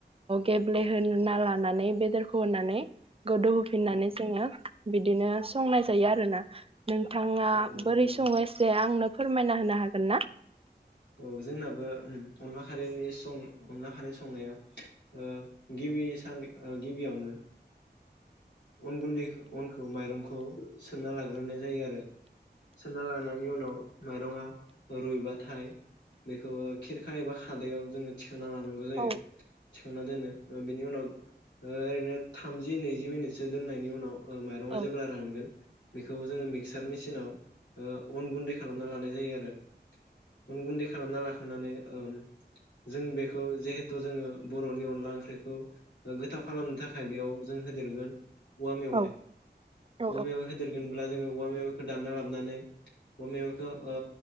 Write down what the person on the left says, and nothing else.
औ
औ
औ
औ जोंनाबो उम अनला खारैनि सं अनला खारै संनाया ओ गिबि सान ओ गिबियावनो अन गुन्दै अनखौ माइरंखौ सोनना लाग्रोनाय जायो आरो सोनना लानायनि उनाव माइरङा रुइबाथाय बेखौ खिरखा एबा खादैयाव जोङो थिखांना लानांगौ जायो
थिखांना दोनो ओ बिनि उनाव ओरैनो थामज दिनै जि मिनिटसो दोननायनि उनाव ओ माइरङा
जेब्ला रानगोन बेखौ जोङो मिकसार मिसिनाव ओ अन गुनदै खालामना लानाय जायो आरो अन गुन्दै खालामना लाखांनानै ओम जों बेखौ जिहेथु जोङो बरनि अनला ओंख्रिखौ गोथाव खालामनो थाखाय बेयाव जों होदेरगोन औवा मेवाइ
औवा
मेवाइ होदेरगोनब्ला जोङो औवा मेव दानना लाबानै अ मेवाइखौ ओ